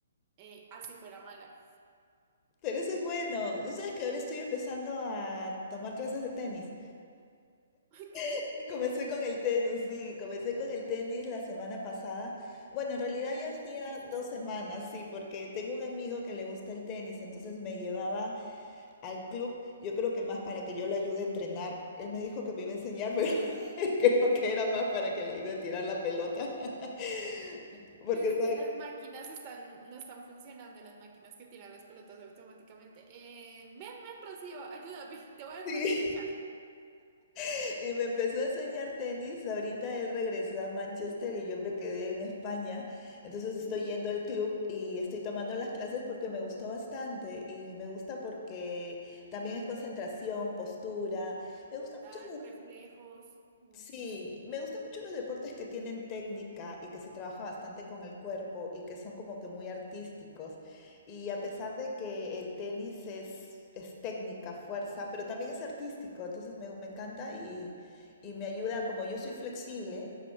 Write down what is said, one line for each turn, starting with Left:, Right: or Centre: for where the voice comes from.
Right: eh, así fuera mala.
Left: pero eso es bueno. Tú sabes que ahora estoy empezando a tomar clases de tenis
Right: <laughs> ¿Ok?
Left: <laughs> Sí, Comencé con el tenis, sí, comencé con el tenis la semana pasada. Bueno, en realidad
Right: Me
Left: ya
Right: habías
Left: venía
Right: dicho, sí.
Left: dos semanas, sí, porque tengo un amigo que le gusta el tenis, entonces me llevaba al club, yo creo que más para que yo lo ayude a entrenar. Él me dijo que me iba a enseñar, pero <laughs> creo que era más para que le ayude a tirar la pelota. <laughs> Porque,
Right: Es
Left: ¿sabe?
Right: que las máquinas están, no están funcionando, las máquinas que tiran las pelotas automáticamente. Eh, ven, ven, Rocío, ayúdame, <laughs> te voy a
Left: Sí.
Right: enseñar.
Left: <laughs> Y me empezó a enseñar tenis. Ahorita él regresa a Manchester y yo me quedé en España. Entonces estoy
Right: Ujú.
Left: yendo al club y estoy tomando las clases porque me gustó bastante. Y me gusta porque también es concentración, postura. Me gusta
Right: Total,
Left: mucho
Right: reflejos. Uf,
Left: Sí, me gustan mucho los deportes que tienen técnica y que se trabaja bastante con el cuerpo y que son como que muy artísticos. Y
Right: ok.
Left: a pesar de que el tenis es, es técnica, fuerza, pero también es artístico, entonces me, me encanta y, y me ayuda, como yo soy flexible,